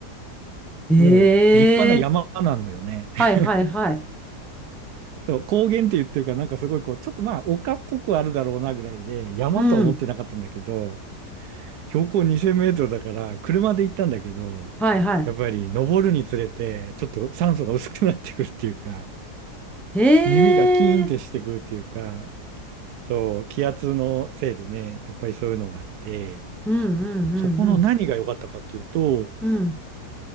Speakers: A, in the centre; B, on the right.
A: ええ、
B: もう立派な山なのよね。<laughs>
A: はいはいはい。
B: そう、高原って言ってるから、なんかすごいこう、ちょっとまあ、丘っぽくあるだろうなぐらいで、山とは思ってなかったんだけど、
A: うん。
B: 標高2000メートルだから、車で行ったんだけど、
A: はいはい。
B: やっぱり登るにつれて、ちょっと酸素が薄くなってくるっていうか、
A: へえ、
B: 耳がキーンってしてくるっていうか、そう、気圧のせいでね、やっぱりそういうのがあって、
A: うんうんうんうん。
B: そこの何が良かったかっていうと、
A: うん。